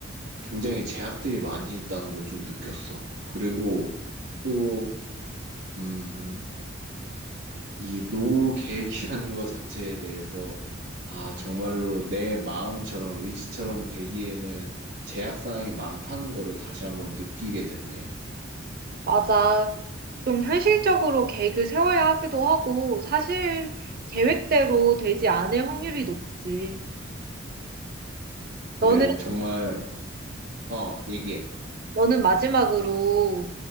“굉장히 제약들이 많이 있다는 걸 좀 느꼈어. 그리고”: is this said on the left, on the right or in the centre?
Right